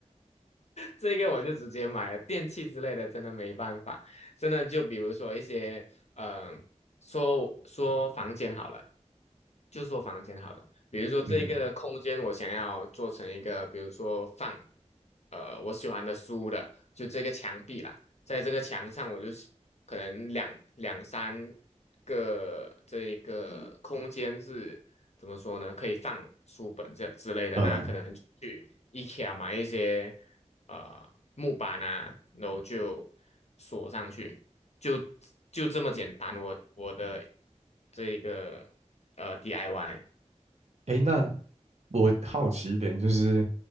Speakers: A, on the left; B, on the right.
A: 这个我就直接买了，电器之类的真的没办法，真的就比如说一些，嗯、说说房间好了，就说房间好了，比如说这个空间我想要做成一个，
B: <laughs> 嗯
A: 比如说放，呃，我喜欢的书的，就这个墙壁啦，在这个墙上我就是可能两两三个这一个空间是怎么说呢？可以放书本这之类的，
B: 嗯，
A: 那可能就去 IKEA 买一些。呃木板啊，然后就锁上去，就就这么简单。我我的这个呃 DIY，
B: 诶，那我好奇一点，就是